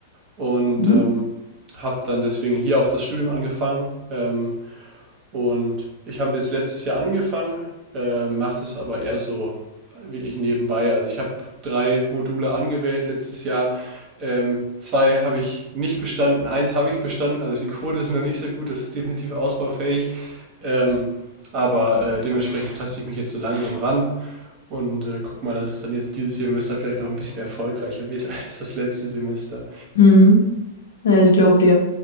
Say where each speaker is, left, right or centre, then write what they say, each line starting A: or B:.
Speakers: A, on the right; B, on the left.
A: und
B: Mhm.
A: ähm, habe dann deswegen hier auch das Studium angefangen. Ähm, Und ich habe jetzt letztes Jahr angefangen, äh, mache das aber eher so wirklich nebenbei. Also ich habe drei Module angewählt letztes Jahr. Ähm, zwei habe ich nicht bestanden, eins habe ich bestanden. Also die Quote ist noch nicht so gut, das ist definitiv ausbaufähig. Ähm, aber äh, dementsprechend taste ich mich jetzt so langsam ran und äh, guck mal, dass es dann jetzt dieses Semester vielleicht noch ein bisschen erfolgreicher wird <laughs> als das letzte Semester.
B: Mhm. Ja, ich glaube dir.